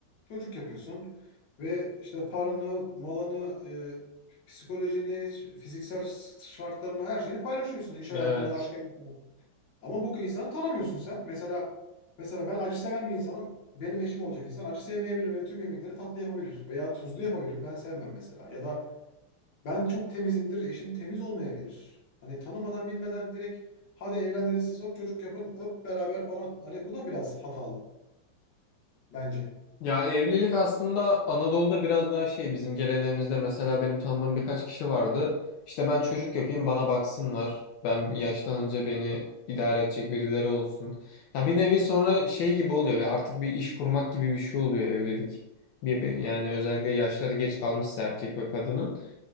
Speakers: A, on the left; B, on the left.
A: Çocuk yapıyorsun ve işte paranı, malını, e, psikolojini, fiziksel şartlarını, her şeyini paylaşıyorsun. İş hayatını,
B: Evet.
A: aşk hayatını. Ama bu insanı tanımıyorsun sen. Mesela mesela ben acı seven bir insanım. Benim eşim olacak insan acı sevmeyebilir ve tüm yemekleri tatlı yapabilir veya tuzlu yapabilir. Ben sevmem mesela. Ya da ben çok temizimdir, eşim temiz olmayabilir. Hani tanımadan bilmeden direkt hadi evlendiniz siz hop çocuk yapın, öp beraber falan. Hani bu da biraz hatalı bence.
B: Ya evlilik aslında Anadolu'da biraz daha şey bizim geleneğimizde mesela benim tanıdığım birkaç kişi vardı. İşte ben çocuk yapayım bana baksınlar. Ben yaşlanınca beni idare edecek birileri olsun. Ya bir nevi sonra şey gibi oluyor ve artık bir iş kurmak gibi bir şey oluyor evlilik. Bir, yani özellikle yaşları geç kalmışsa erkek ve kadının.